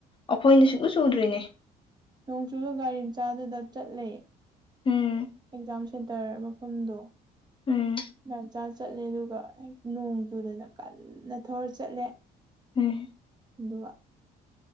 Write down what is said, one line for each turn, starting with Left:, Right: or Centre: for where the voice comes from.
Left: ꯑꯩꯈꯣꯏꯅ ꯁꯨꯒꯨ ꯆꯨꯗ꯭ꯔꯤꯅꯦ
Right: ꯅꯣꯡꯆꯨꯗ ꯒꯥꯔꯤ ꯃꯆꯥꯗꯨꯗ ꯆꯠꯂꯦ
Left: ꯎꯝ
Right: ꯑꯦꯛꯖꯥꯝ ꯁꯦꯟꯇꯔ ꯃꯐꯝꯗꯣ
Left: ꯎꯝ
Right: ꯉ ꯆꯥ ꯆꯠꯂꯦ ꯑꯗꯨꯒ ꯅꯣꯡ ꯆꯨꯗꯅ ꯀꯟꯅ ꯊꯧꯔ ꯆꯠꯂꯦ
Left: ꯎꯝ
Right: ꯑꯗꯨꯒ